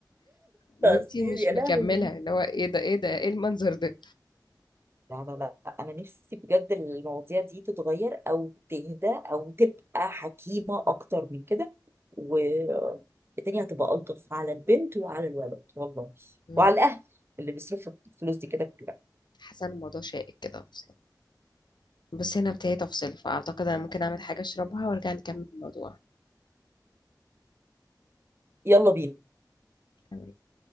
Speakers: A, on the left; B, on the right.
A: وإنتي
B: هتقسطيه
A: مش
B: يا
A: مكمله
B: لهوي
A: اللي هو ايه ده ايه ده ايه المنظر ده
B: لا لا لا انا نفسي بجد المواضيع دي تتغير او تهدى او تبقى حكيمة اكتر من كده والدنيا هتبقى الطف على البنت وعلى الولد والله
A: مم.
B: وعلى الاهل اللي بيصرفوا الفلوس دي كده كلها
A: حاسه ان الموضوع شائك كده اصلا بس هنا بتاعي تفصل فاعتقد انا ممكن اعمل حاجه اشربها وارجع نكمل الموضوع
B: يلا بينا
A: تمام